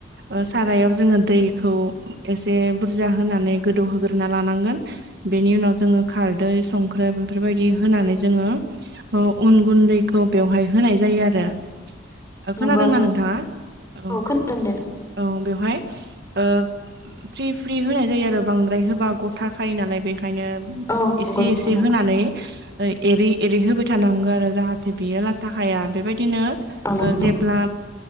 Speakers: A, on the right (about 60°); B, on the left (about 15°).
A: ओ सारायाव जोङो दैखौ एसे बुरजा होननानै गोदौ होग्रोना लानांगोन बेनि उनाव जोङो खारदै संख्रि बेफोरबायदि होनानै जोङो औ उन गुन्दैखौ बेवहाय होनाय जायो आरो।
B: नंगौ
A: खोनादोंना
B: नंगौ नोंथां
A: नोंथाङा औ
B: खोनादों दे
A: औ बेवहाय ओ फ्रि फ्रि होनाय जायो आरो बांद्राय होबा ग'थाखायो नालाय बेखायनो
B: औ
A: एसे
B: नंगौ नोंथां
A: एसे
B: नंगौ
A: होनानै ओ एरै एरै होबाय थानांगो आरो जाहाथे बेयो लाथा खाया बेबायदि बिदिनो
B: औ नंगौ
A: ओ जेब्ला